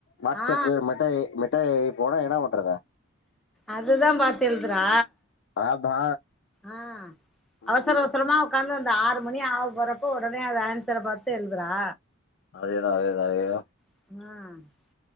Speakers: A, on the left; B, in the centre.
A: WhatsApp
B: ஆ
A: Meta A Meta A I போனா என்ன பண்ணறது
B: அதுதா பாத்து எழுதுறா
A: அதா
B: ஆ
A: ம்
B: அவசர அவசரமா உட்காந்து அந்த ஆறு மணி ஆவ போறப்ப ஒடனே அது ஆன்சரை பார்த்து எழுதுறா
A: அதே த அதே த அதே த
B: ம்மா